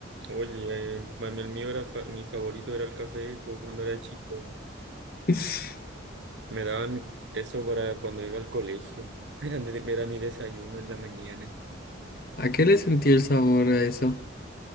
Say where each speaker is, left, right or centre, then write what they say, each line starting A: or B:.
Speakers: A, on the right; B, on the left.
A: Oye, eh, a mí el mío era fa- mi favorito era el café Eco cuando era chico.
B: <laughs>
A: Me daban eso para cuando iba al colegio. <laughs> Era, de- era mi desayuno en la mañana.
B: ¿A qué le sentí el sabor a eso?